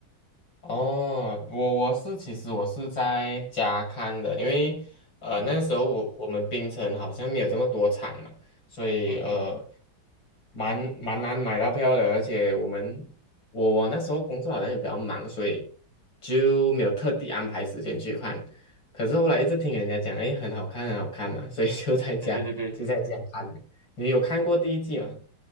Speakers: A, on the left; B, on the right.
A: 哦，我我是其实我是在家看的，因为呃那时候我我们槟城好像没有这么多场嘛，
B: 嗯哼
A: 所以呃
B: 嗯哼，
A: 蛮蛮难买到票的，而且我们我我那时候工作好像也比较忙，所以就没有特地安排时间去看。可是后来一直听人家讲，诶，很好看，很好看嘛，所以就在家就在家看。
B: 对对对对，
A: 你有看过第一季吗？